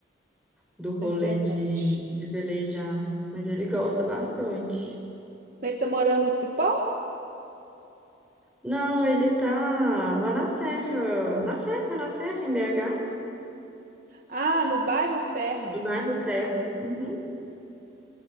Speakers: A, in the centre; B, on the right.
A: do rolê
B: pra internet.
A: de, de velejar, mas ele gosta bastante.
B: Ele tá morando no Cipó?
A: Não, ele tá lá na serra, na serra, na serra, em BH,
B: Ah, no bairro Serra.
A: no bairro Serra. Uhum,